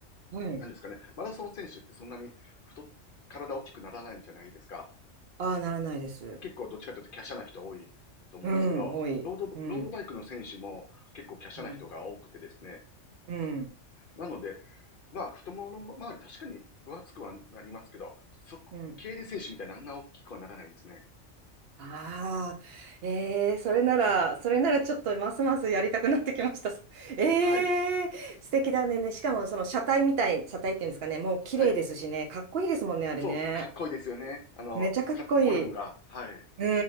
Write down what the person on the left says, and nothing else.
なんですかね、マラソン選手ってそんなに太っ、体大きくならないんじゃないですか。
結構どっちかというと華奢な人多いと思うんですけど、
ロード、
ロードバイクの選手も結構華奢な人が多くてですね。
なので、まあ、太ももの周り確かに分厚くはなりますけど、そこ、
競輪選手みたいなあんな大きくはならないですね。
はい。
はい。
そう、かっこいいですよね。あの、
かフォルムが。はい。